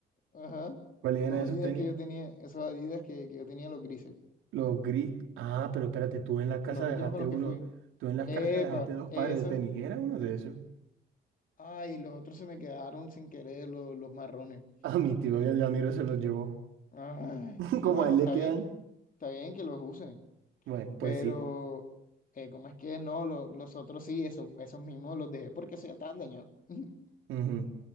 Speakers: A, on the left; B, on the right.
A: Ajá.
B: ¿Cuáles
A: Unos
B: eran esos
A: Adidas
B: tenis?
A: que yo tenía, esos Adidas que, que yo tenía los grises.
B: Los gris. Ah, pero espérate, tú en la casa
A: Los últimos
B: dejaste
A: con los
B: uno,
A: que fui.
B: tú en la
A: Epa,
B: casa dejaste dos
A: esos.
B: pares de tenis. ¿Era uno de esos?
A: Ay, los otros se me quedaron sin querer, los, los marrones.
B: A mi tío Yamiro se los llevó.
A: Ay,
B: <laughs>
A: sí,
B: Como
A: bueno,
B: a él
A: está
B: le quedan.
A: bien. Está bien que los usen.
B: Bueno, pues
A: Pero,
B: sí.
A: eh, ¿cómo es que no? Lo- los otros sí, eso, esos mismos los dejé porque eso ya estaban dañados. <laughs>
B: Ujú,